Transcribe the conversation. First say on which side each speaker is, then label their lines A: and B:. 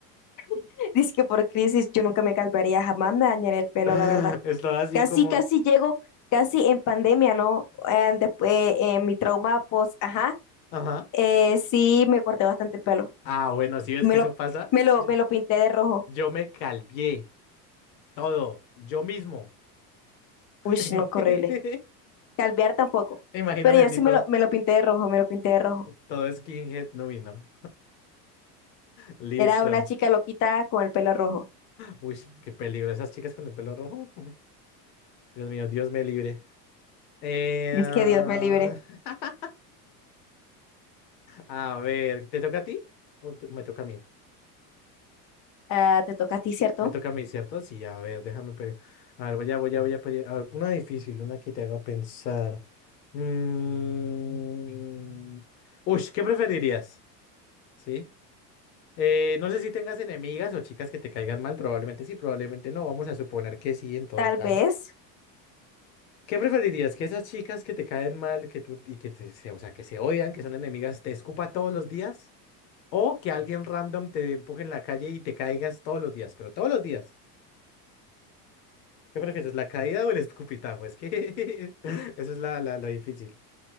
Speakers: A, on the left; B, on the left.
A: <laughs> Dice que por crisis yo nunca me calvaría, jamás me dañaré el pelo,
B: <laughs>
A: la verdad.
B: Estaba así
A: Casi,
B: como...
A: casi llego, casi en pandemia, ¿no? Eh, después, eh, mi trauma, pues, ajá,
B: Ajá.
A: eh, sí me corté bastante el pelo.
B: Ah, bueno, si ves
A: Y me
B: que
A: lo,
B: eso pasa,
A: me lo,
B: yo,
A: me lo pinté de rojo.
B: yo me calvié todo, yo mismo.
A: Uy,
B: <laughs>
A: no, qué horrible. Calvear tampoco.
B: Imagíname
A: Pero
B: así
A: yo sí
B: todo.
A: me lo, me lo pinté de rojo, me lo pinté de rojo.
B: Todo skinhead no vino. Listo.
A: Era una chica loquita con el pelo rojo.
B: Uy, qué peligro. Esas chicas con el pelo rojo. <laughs> Dios mío, Dios me libre. Eh,
A: Es
B: ah,
A: que Dios me libre.
B: <laughs> a ver, ¿te toca a ti? ¿O te- me toca a mí?
A: Ah, te toca a ti, ¿cierto?
B: Me toca a mí, ¿cierto? Sí, a ver, déjame. pe- A ver, voy a, voy a, voy a. pe- A ver, una difícil, una que te haga pensar. Mm, Uy, ¿qué preferirías? ¿Sí? Eh, no sé si tengas enemigas o chicas que te caigan mal. Probablemente sí, probablemente no. Vamos a suponer que sí, en todo
A: Tal
B: caso.
A: vez.
B: ¿Qué preferirías? ¿Que esas chicas que te caen mal, que tú y que te, se, o sea, que se odian, que son enemigas, te escupa todos los días? ¿O que alguien random te empuje en la calle y te caigas todos los días? Pero todos los días. ¿Qué prefieres, la caída o el escupitajo? Es que <laughs> eso es la, la, la difícil.